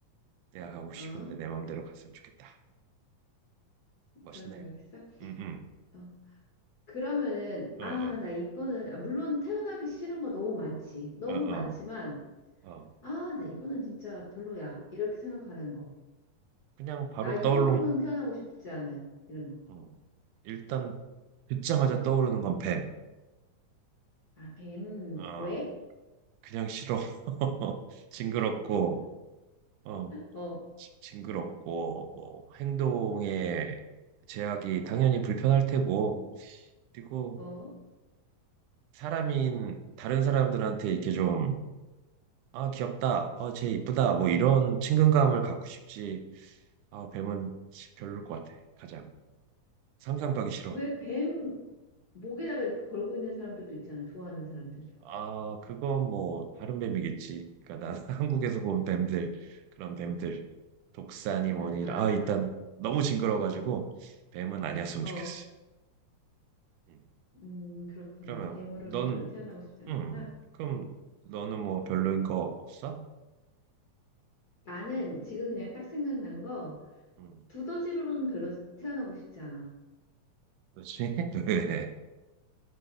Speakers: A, on the right; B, on the left.
A: 내가 가고 싶은데
B: 어,
A: 내 마음대로 갔으면 좋겠다. 멋있네.
B: 그런 생각했어?
A: 응응,
B: 어, 그러면은
A: 어,
B: 아, 나 이거는 아, 물론 태어나기 싫은 거 너무 많지. 너무
A: 어, 어,
B: 많지만
A: 어. 어.
B: 아, 나 이거는 진짜 별로야. 이렇게 생각하는 거.
A: 그냥 바로
B: 나 이거로는
A: 떠올른,
B: 태어나고 싶지 않은 이런 거.
A: 어. 일단 듣자마자 떠오르는 건 뱀.
B: 아, 뱀.
A: 어,
B: 왜?
A: 그냥 싫어. <laughs> 징그럽고, 어,
B: 어,
A: 지- 징그럽고, 뭐, 행동에 제약이 당연히 불편할 테고, 그리고
B: 어.
A: 사람인 다른 사람들한테 이렇게 좀, 아, 귀엽다, 어, 쟤 이쁘다, 뭐 이런 친근감을 갖고 싶지, 아, 뱀은 별로일 것 같아. 가장. 상상도 하기 싫어.
B: 왜 뱀 목에다가 이렇게 걸고 있는 사람들도 있잖아. 좋아하는 사람들도.
A: 아, 그건 뭐 다른 뱀이겠지. 그러니까 난 <laughs> 한국에서 본 뱀들, 그런 뱀들, 독사니 뭐니.
B: 아,
A: 아, 일단 너무 징그러워가지고
B: 아,
A: 뱀은 아니었으면
B: 어.
A: 좋겠어. 음.
B: 음, 그렇구나.
A: 그러면
B: 뱀으로는
A: 넌,
B: 별로 태어나고 싶지 않구나.
A: 음, 그럼 너는 뭐 별로인 거 없어?
B: 나는 지금 그냥 딱 생각난 거
A: 음,
B: 두더지로는 별로 태어나고 싶지 않아.
A: 그렇지? <laughs> 왜?